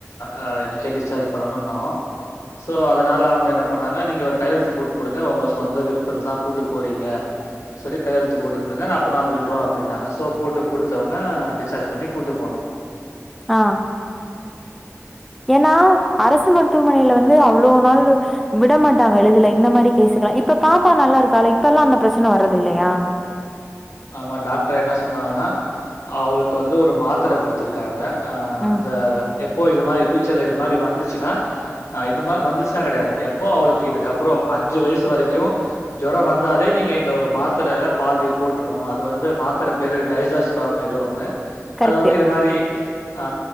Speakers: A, on the left; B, in the centre.
A: ஆ இன்னைக்கே டிஸ்சார்ஜ் பண்ணணும் இன்னோ சோ அதனால அவுங்க என்ன பண்ணாங்க நீங்க ஒரு கையெழுத்து போட்டு கொடுங்க உங்க சொந்த விருப்பத்தல தா கூட்டு போறீங்க சொல்லி கையெழுத்து கூட்டு குடுங்க நா அப்பனா விடுறோ அப்டின்னாங்க சோ போட்டு குடுத்த ஒன்னே டிஸ்சார்ஜ் பண்ணி கூட்டு போனோ
B: ஆ ஏன்னா அரசு மருத்துவமனைல வந்து அவ்ளோ நாளு விடமாட்டாங்க எழுதுல இந்த மாரி கேஸ்குலா இப்ப பாப்பா நல்லா இருக்கால இப்பல்லா அந்த பிரச்சன வறதில்லையா
A: ஆமா டாக்டர் என்ன சொன்னாங்கன்னா அவுளுக்கு வந்து ஒரு மாத்ர குடுத்துருக்காங்க ஆ
B: ம்.
A: இந்த எப்போ இது மாரி பியூச்சர்ல இது மாரி வந்துச்சுன்னா ஆ இந்த மாரி வந்துச்சுன்னா கெடையாது எப்போ அவுளுக்கு இதுக்கப்புற அஞ்சு வயசு வரைக்கு ஜொரம் வந்தாலே நீங்க இந்த ஒரு மாத்ரல பாதி போட்டுறணு அது வந்து மாத்தர பேரு டைசர்ஸ் பாம் ஏதோ ஒன்னு
B: கரெக்ட்டு.
A: அது வந்து இது மாரி ஆ